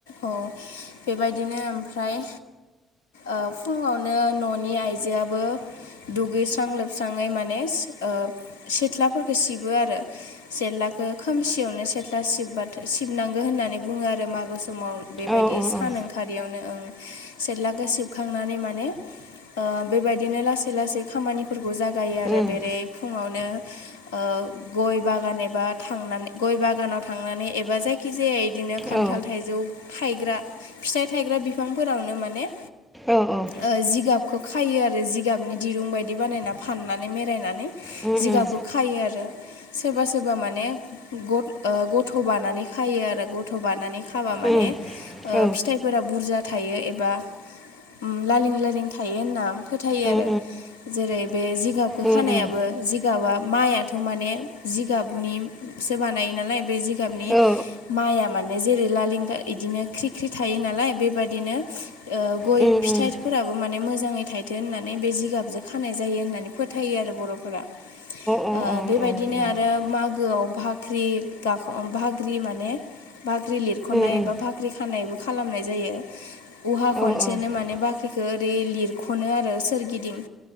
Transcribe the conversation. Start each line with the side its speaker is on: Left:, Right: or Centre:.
Left: औ बेबायदिनो ओमफ्राय। ओ फुङावनो न'नि आइजोयाबो दुगैस्रां लोबस्राङै माने सिद ओ सिथ्लाफोरखौ सिबो आरो। जेललाखौ खोमसियावनो सेथ्ला सिबबाथो सिबनांगौ होननानै बुङो आरो मागो समाव। बेबायदि
Centre: औ
Left: सान
Centre: औ
Left: ओंख खारियावनो ओं सेललाखौ सिबखांनानै माने ओ बेबायदिनो लास लासै खामानिफोरखौ जागायो
Centre: उम
Left: आरो बेरे फुङावनो। ओ गय बागान एबा थांनानै गय बागानाव थांनानै एबा जाय खिजेया इदिनो खान्थाल
Centre: औ
Left: थाइजौ थायग्रा फिथाइ थायग्रा बिफांफोरावनो माने
Centre: औ औ।
Left: ओ जिगाबखौ खायो आरो जिग गाबनि दिरुं बायदि बानायना फाननानै मेरायनानै
Centre: उम
Left: जिगाबखौ
Centre: उम
Left: खायो आरो। सोरबा सोरबा माने गद ओ गथ' बानानै खायो आरो गथ' बानानै खा हाबा माने
Centre: उम
Left: ओ
Centre: औ
Left: फिथाइ फोरा बुरजा थायो एबा उम लालिं लालिं थायो होनना फोथायो
Centre: उम
Left: आरो। जेरै बे जिगाबखौ
Centre: उम
Left: खानायाबो
Centre: उम
Left: जिगाबा माइआथ' माने जिगाबनि सो बानायो नालाय बे जिगाबनि
Centre: औ औ
Left: माइआ मान ने जेरै लालिंथा इदिनो ख्रि ख्रि थायो नालाय बेबादिनो। ओ गय
Centre: उम
Left: फिथाइफोराबो
Centre: उम
Left: माने मोजाङै थाय थो होननानै बे जिगाबजों खानाय जायो होननानै फोथायो आरो बर'फोरा।
Centre: अ
Left: ओ बेबायदिनो
Centre: उम
Left: आरो मागोआव फाख्रि गाख बाख्रि माने बाख्रि लिरख'नाय
Centre: उम
Left: एबा फा <unintelligible>
Centre: औ औ
Left: खनो आरो सोरगिदिं।